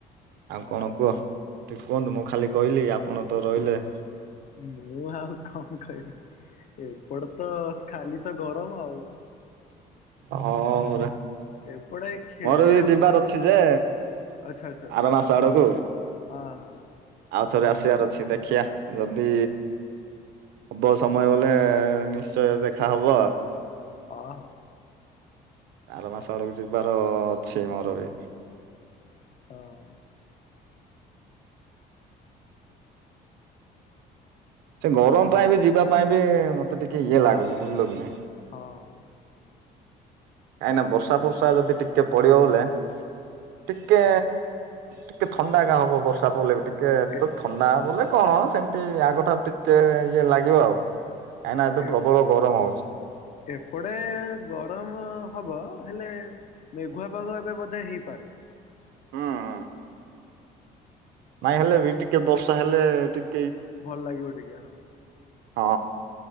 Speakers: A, on the right (about 80°); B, on the left (about 50°).
A: ଆଉ
B: ହଁ
A: କଣ କୁହ? କୁହନ୍ତୁ ମୁଁ ଖାଲି କହିଲି ଆପଣ ତ ରହିଲେ
B: ମୁଁ ଆଉ କଣ କହିବି ଏପଟ ତ ଖାଲି ଏତେ ଗରମ ଆଉ।
A: ହଁ ପରା।
B: ଏପଟେ ଖେଳିବାକୁ
A: ମୋର ବି ଯିବାର ଅଛି ଯେ
B: ଆଚ୍ଛା ଆଚ୍ଛା
A: ଆର ମାସ ଆଡକୁ।
B: ହଁ ହଁ।
A: ଆଉ ଥରେ ଆସିବାର ଅଛି ଦେଖିବା ଯଦି ହବ ସମୟ ହେଲେ ନିଶ୍ଚୟ ଦେଖା ହବ ଆଉ।
B: ହଁ ହଉ।
A: ଆର ମାସ ଆଡକୁ ଯିବାର ଅଛି, ମୋର ବି।
B: ହଁ।
A: ସେ ଗରମ ପାଇଁ ବି ଯିବା ପାଇଁ ବି ମତେ ଟିକେ ଇଏ ଲାଗୁଛି, ବୁଝିଲ କି ନାଇଁ?
B: ହଁ।
A: କାହିଁ ନା ବର୍ଷା ଫର୍ଷା ଯଦି ଟିକେ ପଡିବ ବୋଲେ ଟିକେ ଟିକେ ଥଣ୍ଡା ଏକା ହବ ବର୍ଷା ପଡ଼ିଲେ ବି ଟିକ କେ ଏତେ
B: ଏ
A: ଥଣ୍ଡା ହବୋଲେ କଣ ସେମିତି ଆଗଠାରୁ ଟିକେ ଇଏ ଲାଗିବ ଆଉ। କାହିଁକିନା ଏବେ
B: ଏପ
A: ପ୍ରବଳ ଗରମ ହଉଛି।
B: ଏପଡେ ଗରମ ହବ ହେଲେ ମେଘୁଆ ପାଗ ଏବେ ବୋଧେ ହେଇପାରେ।
A: ହଁ-ଅ। ନାଇଁ ହେଲେ ବି ଟିକେ ବର୍ଷା ହେଲେ ଟିକ
B: ଭଲ ଲାଗିବ ଟିକେ, ହଁ।
A: ହଁ।